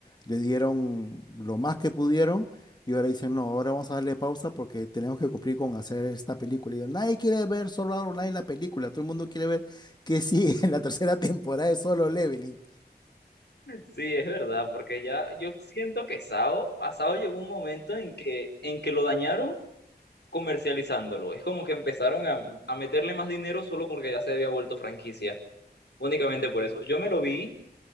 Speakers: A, on the left (about 25°); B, on the left (about 80°).
A: le dieron lo más que pudieron y ahora dicen, no, ahora vamos a darle pausa porque tenemos que cumplir con hacer esta película. Y yo, nadie quiere ver Solo Online la película, todo el mundo quiere ver que sigue en la tercera <laughs> temporada de Solo Leveling.
B: Sí, es verdad, porque ya yo siento que Sao, a Sao llegó un momento en que, en que lo dañaron comercializándolo. Es como que empezaron a, a meterle más dinero solo porque ya se había vuelto franquicia. Únicamente por eso. Yo me lo vi,